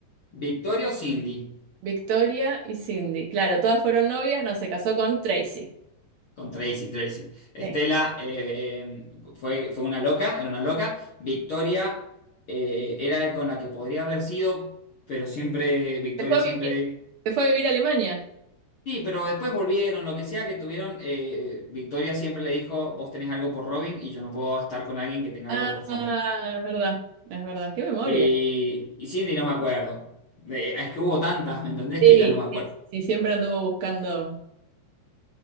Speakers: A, on the left; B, on the right.
A: Victoria o Cindy.
B: Victoria y Cindy. Claro, todas fueron novias, no se casó con Tracy.
A: Con Tracy, Tracy. Estela
B: Sí.
A: eh, fue, fue una loca, era una loca. Victoria eh, era con la que podría haber sido, pero siempre, Victoria
B: Se fue a
A: siempre...
B: vivir, se fue a vivir a Alemania.
A: Sí, pero después volvieron, lo que sea que tuvieron, eh, Victoria siempre le dijo, vos tenés algo por Robin y yo no puedo estar con alguien que tenga
B: Ah,
A: algo por su
B: es
A: amigo.
B: verdad, es verdad. Qué memoria.
A: Y, y Cindy no me acuerdo. Eh, es que hubo tantas, ¿me entendés?
B: Sí,
A: Que ya no me acuerdo.
B: sí, sí, siempre anduvo buscando